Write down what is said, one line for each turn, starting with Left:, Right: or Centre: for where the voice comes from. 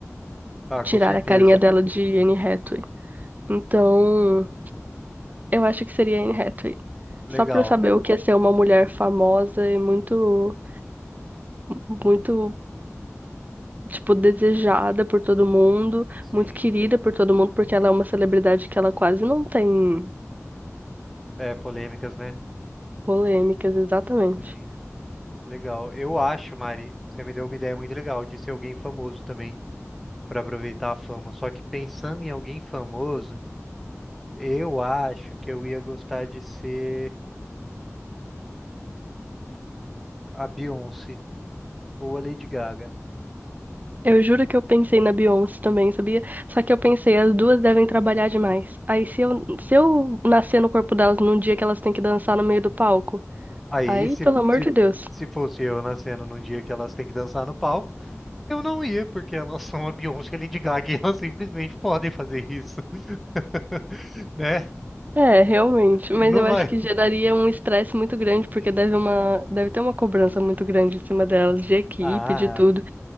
Centre: Ah,
Right: tirar
Centre: com certeza.
Right: a carinha dela de Anne Hathaway. Então. Eu acho que seria Anne Hathaway.
Centre: Legal.
Right: Só pra eu saber o que é ser uma mulher famosa e muito, muito, tipo, desejada por todo mundo,
Centre: Sim.
Right: muito querida por todo mundo, porque ela é uma celebridade que ela quase não tem
Centre: É, polêmicas, né?
Right: polêmicas, exatamente.
Centre: Sim. Legal. Eu acho, Mari, você me deu uma ideia muito legal de ser alguém famoso também, para aproveitar a fama. Só que pensando em alguém famoso, eu acho que eu ia gostar de ser a Beyoncé ou a Lady Gaga.
Right: Eu juro que eu pensei na Beyoncé também, sabia? Só que eu pensei, as duas devem trabalhar demais. Aí se eu, se eu nascer no corpo delas num dia que elas têm que dançar no meio do palco,
Centre: Aí,
Right: aí,
Centre: se,
Right: pelo amor
Centre: se,
Right: de Deus.
Centre: se fosse eu nascendo no dia que elas têm que dançar no palco, eu não ia, porque elas são a Beyoncé e a Lady Gaga <laughs> e elas simplesmente podem fazer isso, <laughs> né?
Right: É, realmente,
Centre: E
Right: mas
Centre: não
Right: eu
Centre: vai.
Right: acho que geraria um estresse muito grande, porque
Centre: <laughs>
Right: deve uma, deve ter uma cobrança muito grande em cima delas, de equipe,
Centre: Ah,
Right: de tudo.